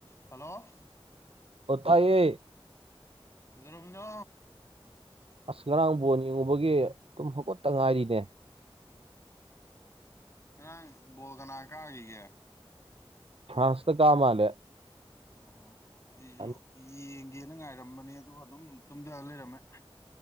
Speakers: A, on the left; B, on the right.
A: Hello
B: ꯑꯣ ꯇꯥꯏꯌꯦ
A: ꯀꯩꯗꯧꯔꯝꯃꯤꯅꯣ
B: ꯑꯁ ꯉꯔꯥꯡ ꯕꯣꯟ ꯌꯦꯡꯉꯨꯕꯒꯤ ꯇꯨꯝ ꯍꯧꯒꯠꯇ ꯉꯥꯏꯔꯤꯅꯦ
A: ꯉꯔꯥꯡ ꯕꯣꯜ ꯀꯅꯥ ꯀꯥꯒꯤꯒꯦ
B: ꯐ꯭ꯔꯥꯟꯁꯅ ꯀꯥ ꯃꯥꯜꯂꯦ
A: ꯑꯣ ꯑꯩꯖꯨ
B: ꯑꯅꯤ-
A: ꯌꯦꯡꯒꯦꯅ ꯉꯥꯏꯔꯝꯕꯅꯦ ꯑꯗꯨꯒ ꯑꯗꯨꯝ ꯇꯨꯝꯗꯔꯥ ꯂꯩꯔꯝꯃꯦ